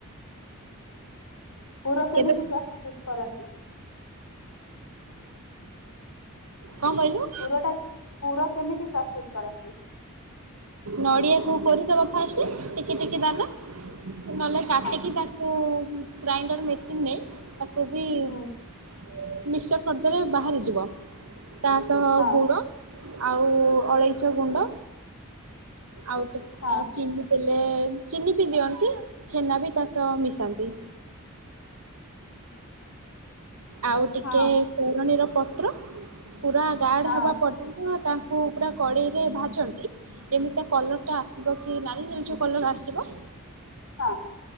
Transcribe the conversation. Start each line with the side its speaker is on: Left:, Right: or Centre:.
Left: ପୁର କେମିତି
Right: କେବେ
Left: ପ୍ରସ୍ତୁତ କରନ୍ତି
Right: କଣ କହିଲୁ?
Left: ପୁରଟା ପୁର କେମିତି ପ୍ରସ୍ତୁତ କରନ୍ତି?
Right: ନଡ଼ିଆକୁ କୋରିଦବ ଫାଷ୍ଟ। ଟିକେ ଟିକେ ଦାନା ନହେଲେ କାଟିକି
Left: ହଁ
Right: ତାକୁ ଗ୍ରାଇଣ୍ଡର ମେସିନରେ ତାକୁ ବି
Left: ହୁଁ,
Right: ମିକ୍ସଚର୍ କରିଦେଲେ ବାହାରିଯିବ। ତା ସହ
Left: ହଁ
Right: ଗୁଡ଼ ଆଉ ଅଳେଇଚ ଗୁଣ୍ଡ ଆଉ ଟିକ୍
Left: ହଁ
Right: ଚିନି। ହେଲେ ଚିନି ବି ଦିଅନ୍ତି ଛେନା ବି ତା ସହ ମିଶାନ୍ତି। ଆଉ ଟିକେ
Left: ହଁ।
Right: ତୋରଣୀର ପତ୍ର ପୁରା ଗାଡ
Left: ହଁ
Right: ହବା ପର୍ କିନ୍ତୁ ତାଙ୍କୁ ପୁରା କଡ଼େଇରେ ଭାଜନ୍ତି। ଯେମିତି କଲର ଟା ଆସିବ କି ନାଲି ନାଲି କଲର ଆସିବ।
Left: ହଁ।